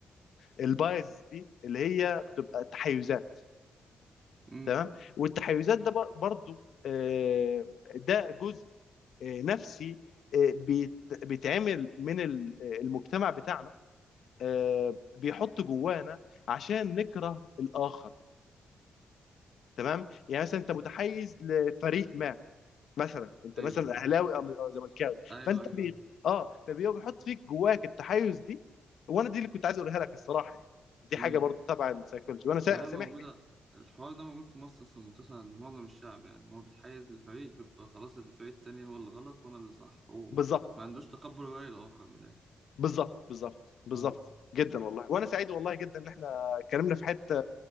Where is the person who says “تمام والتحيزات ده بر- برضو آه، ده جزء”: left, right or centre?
Left